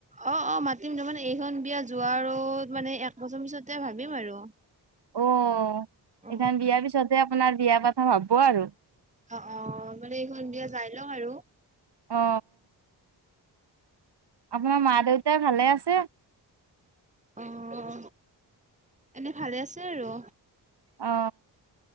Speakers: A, on the right; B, on the right.
A: অঁ অঁ, মাতিম তাৰমানে এইখন বিয়া যোৱাৰ আৰু মানে এক বছৰ পিছতে ভাবিম আৰু।
B: অ, এইখন
A: অ
B: বিয়াৰ পিছতে আপোনাৰ বিয়াৰ কথা, ভাবব আৰু।
A: অঁ অঁ, মানে এইখন বিয়া যাই লওঁক আৰু।
B: অ। আপোনাৰ মা দেউতাই ভালে আছে?
A: অঁ, এনেই ভালে আছে আৰু।
B: অঁ।